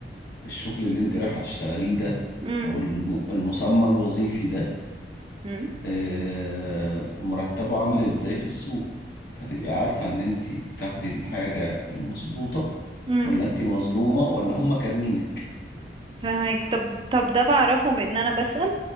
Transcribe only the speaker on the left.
الشغل اللي انت رايحة تشتغليه ده
او الم- المسمى الوظيفي ده
آه، مرتبه عامل ازاي في السوق فتبقي عارفة ان انت بتاخدي الحاجة المظبوطة
ولا انت مظلومة ولا هم كارمينك